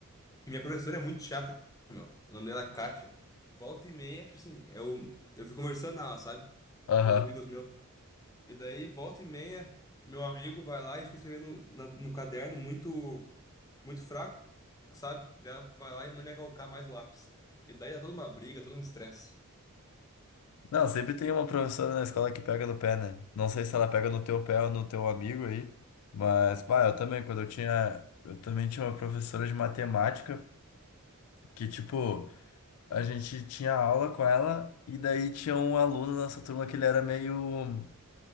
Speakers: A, on the left (about 15°); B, on the left (about 80°).
A: E minha professora é muito chata, meu. O nome dela é Kátia. Volta e meia, tipo assim, eu, eu fico conversando na aula, sabe?
B: Aham.
A: Com os amigos meus. E daí, volta e meia, meu amigo vai lá e fica escrevendo na- no caderno muito, muito fraco, sabe? Daí ela vai lá e manda calcar mais o lápis. E daí dá toda uma briga, todo um estresse.
B: Não, sempre tem uma professora na escola que pega no pé, né? Não sei se ela pega no teu pé ou no teu amigo aí, mas, pá, eu também, quando eu tinha. Eu também tinha uma professora de matemática que, tipo, a gente tinha aula com ela e daí tinha um aluno na nossa turma que ele era meio.